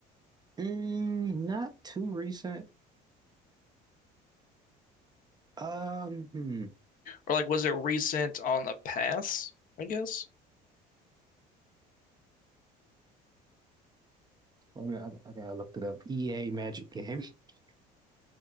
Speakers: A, on the right; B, on the left.
A: Mm, not too recent. Um, hmm.
B: Or like, was it recent on the pass? I guess.
A: Wait a minute, I, I gotta look it up. EA Magic Game. <laughs>